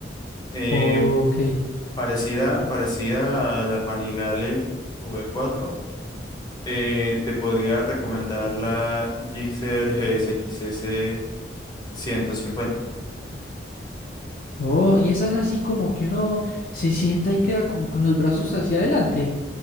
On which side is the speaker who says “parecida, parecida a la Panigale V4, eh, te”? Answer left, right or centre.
Left